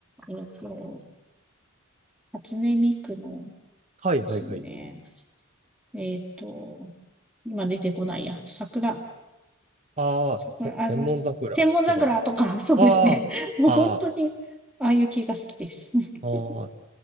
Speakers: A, in the centre; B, on the right.
A: えっと、初音ミクの
B: はいはいはい。
A: ですね。えっと、今出てこないや。桜、
B: ああ、
A: 桜、
B: せ、千本桜とかじゃない。
A: あの、天文桜とか、そうですね。
B: あ
A: <laughs> もう本当に、
B: あ、あ
A: ああいう系が好きです。<laughs>
B: あ、ああ。